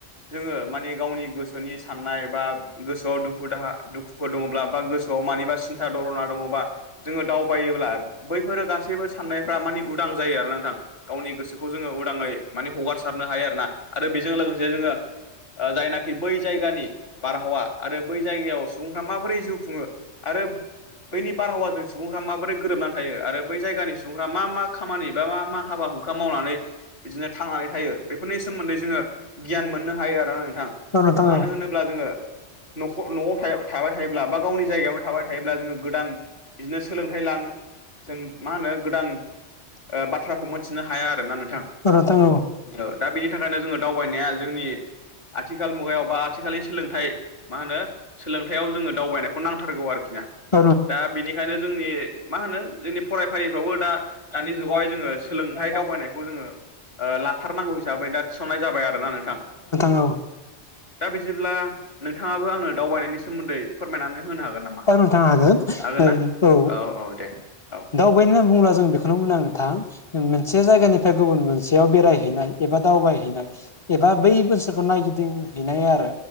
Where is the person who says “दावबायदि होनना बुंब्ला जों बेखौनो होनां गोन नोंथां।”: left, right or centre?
Left